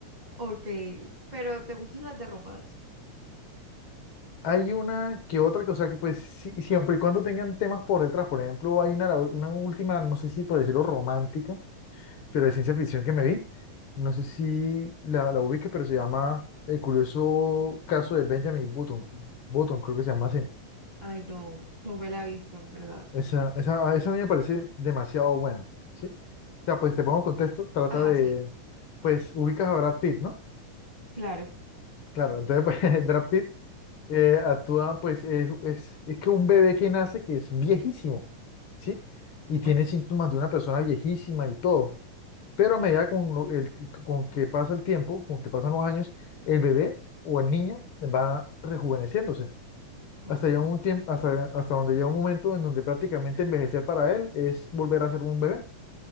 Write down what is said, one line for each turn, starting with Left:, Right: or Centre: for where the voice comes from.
Right: ok, pero ¿te gustan las de romance?
Left: Hay una que otra que, o sea, que pues sí- siempre y cuando tengan temas por detrás, por ejemplo, hay una, la ul- una última, no sé si por decirlo romántica, pero de ciencia ficción que me vi, no sé si la, la ubique, pero se llama El curioso caso de Benjamin Button, Button creo que se llama así.
Right: Ay, no, no me la he visto, en verdad.
Left: Esa, esa, a esa a mí me parece demasiado buena, ¿sí? O sea, pues te pongo en contexto, trata
Right: Ajá,
Left: de,
Right: sí,
Left: pues ubicas a Brad Pitt, ¿no?
Right: claro.
Left: Claro, entonces pues, <laughs> Brad Pitt eh, actúa, pues es, es, es que un bebé que nace que es viejísimo, ¿sí? Y
Right: Ok,
Left: tiene síntomas de una persona viejísima y todo. Pero
Right: ok,
Left: a medida con, lo- el ti- con que pasa el tiempo, con que pasan los años, el bebé o el niño va rejuveneciéndose.
Right: ok,
Left: Hasta, llega un tiempo, hasta, hasta donde llega un momento en donde prácticamente envejecer para él es volver a ser un bebé,